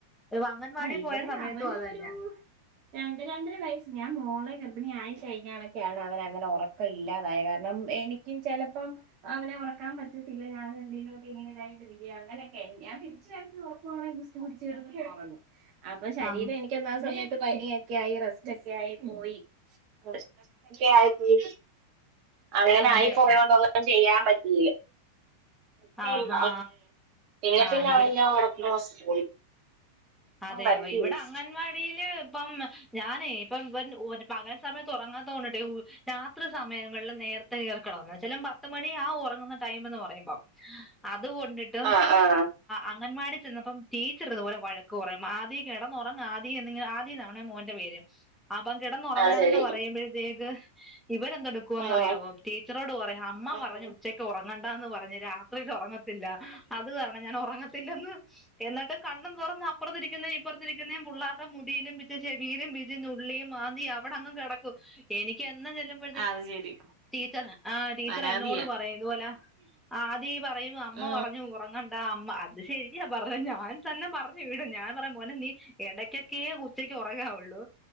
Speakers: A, in the centre; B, on the right.
A: അംഗൻവാടി
B: ആ ഇവിടെ
A: പോയ സമയത്തും
B: അവന്
A: അത് തന്നെ
B: ഒരു രണ്ട് രണ്ടര വയസ് ഞാൻ മോളെ ഗർഭിണിയായി കഴിഞ്ഞാറെക്കെയാണ് അവന് അങ്ങനെ ഉറക്ക- ക്കം ഇല്ലാതായ കാരണം എനിക്കും ചെലപ്പം അങ്ങനെ ഉറക്കാൻ പറ്റത്തില്ല ഞാനെന്തങ്കിലുംക്കെങ്ങനെ ഇതായിണ്ട് ഇരിക്കുവാണെക്കി അങ്ങനൊക്കെ ഞാൻ പിടിച്ച് കിടത്തി ഉറക്കുവാണെങ്കി- കുടിച്ച് കിടന്ന് അങ്ങ് ഉറങ്ങും അപ്പൊ ശരീരം
A: ആ
B: എനിക്കൊന്നാ സമയത്ത് പനിയൊക്കെ ആയി റെസ്റ്റ് ഒക്കെ ആയി പോയി <unintelligible> ആയി പോയി അങ്ങനെ
A: അതെയോ
B: ആയി പോയോണ്ട് ഒന്നും ചെയ്യാൻ പറ്റില്ല ഉം
A: ആഹാ
B: പിന്നെ
A: ആ
B: പിന്നെ
A: ഇവിടെ
B: അവന്റ ആ ഒറക്കം പോയി
A: അതെ
B: പറ്റിയില്ല
A: ഇവിടെ അംഗൻവാടിയില് ഇപ്പം ഞാനെ ഇപ്പം ഇവൻ പകൽ സമയത്ത് ഉറങ്ങാത്ത കൊണ്ട് ടെ രാത്രി സമയങ്ങളിൽ നേര- ത്തെ കേറിക്കടന്ന് ചിലപ്പം പത്ത് മണി ആകും ഉറങ്ങുന്ന ടൈം എന്ന് പറയുമ്പോം അതുകൊണ്ട്
B: ആഹ് ആഹ്
A: അംഗൻവാടി ചെന്നപ്പം ടീച്ചറിതുപോലെ വഴ ക്ക് പറയും ആദി കെടന്നൊറങ്ങ് ആദി എന്നിങ്ങനെ ആദി ന്ന് ആണെ മോന്റെ പേര് അപ്പം കിടന്നുറങ്ങാൻ
B: അത് ശരി
A: എന്ന് പറയുമ്പോഴത്തേക്ക് ഇവന് എന്തോടു
B: ഉം
A: റിയാവോ ടീച്ചറോട് പറയും അമ്മ
B: ഉം
A: പറഞ്ഞ് ഉച്ചയ്ക്ക് ഉറങ്ങണ്ടാന്ന് പറഞ്ഞ് രാത്രിയിൽ ഒറങ്ങ ത്തില്ല അത് കാരണം ഞാൻ ഉറങ്ങത്തില്ലന്ന് എന്നിട്ട് കണ്ണും തൊറന്ന്. ഇപ്പറത്തിരിക്കുന്ന ഇപ്പുറത്തിരിക്കുന്നേയും പിള്ളേരുടെ മുടിയിലും പി ചെവിയിലും പിച്ച് നുള്ളിയും മാന്തിയും അവിടെ അങ് കിടക്കും എനിക്ക് എന്നും ചെല്ലുമ്പോ
B: ആ അത് ശരി
A: ടീച്ചർ ആ ടീച്ചർ
B: പരാതിയാ
A: എന്നോട് പറയും ഇതുപോലെ ആദി പറയും അമ്മ
B: ആ.
A: പറഞ്ഞു ഒ ഒറങ്ങണ്ടാ അമ്മ അത് ശെരിയാ പറഞ്ഞ ഞാൻ തന്നെ പറഞ്ഞു വിടും ഞാൻ പറയും മോനെ നീ എടയ്ക്ക്- ക്കേ ഉച്ചക്ക് ഉറങ്ങാവുള്ളൂ